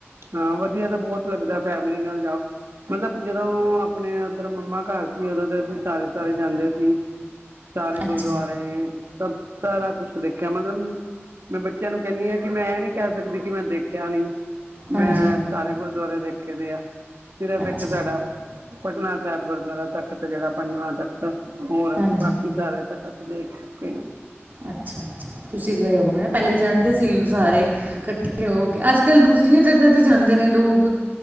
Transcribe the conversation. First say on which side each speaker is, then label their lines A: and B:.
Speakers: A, on the right; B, on the right.
A: ਹਾਂ ਵਧੀਆ ਤਾਂ ਬੋਤ ਲੱਗਦਾ ਫੈਮਿਲੀ ਨਾਲ ਜਾਓ। ਮਤਲਬ ਜਦੋਂ ਆਪਣੇ ਉੱਧਰ ਮੰਮਾ ਘਰ ਸੀ। ਉਦੋਂ ਤਾਂ ਅਸੀਂ ਸਾਰੇ ਸਾਰੇ ਜਾਂਦੇ ਸੀ। ਸਾਰੇ
B: ਅੱਛਾ
A: ਗੁਰਦੁਆਰੇ ਸਭ ਸਾਰਾ ਕੁਛ ਦੇਖਿਆ। ਮਤਲਬ ਮੈਂ ਬੱਚਿਆਂ ਨੂੰ ਕਹਿੰਦੀ ਹਾਂ ਕਿ ਮੈਂ ਇਹ ਨੀ ਕਹਿ ਸਕਦੀ ਕਿ ਮੈਂ ਦੇਖਿਆ ਨਹੀਂ। ਮੈਂ
B: ਹਾਂਜੀ
A: ਸਾਰੇ ਗੁਰਦੁਆਰੇ ਦੇਖੇ ਦੇ ਆ। ਸਿਰਫ
B: ਅੱਛਾ
A: ਇੱਕ ਸਾਡਾ ਪਟਨਾ ਸਾਬ ਗੁਰਦੁਆਰਾ ਤਖਤ ਜਿਹੜਾ ਪੰਜਵਾਂ ਤਖਤ ਹੋਰ ਆ
B: ਹਾਂਜੀ
A: ਕੇ ਬਾਕੀ ਸਾਰੇ ਤਖਤ ਦੇਖ ਚੁੱਕੇ ਆ।
B: ਅੱਛਾ ਅੱਛਾ ਤੁਸੀਂ ਗਏ ਹੋਵਗੇ ਨਾ ਪੈਲੇ ਜਾਂਦੇ ਸੀ ਸਾਰੇ ਇਕੱਠੇ ਹੋ ਕੇ ਅੱਜ ਕੱਲ ਦੂਸਰੇ ਕਿੰਨੀਆਂ ਜਗ੍ਹਾ ਤੇ ਜਾਂਦੇ ਨੇ ਲੋਕ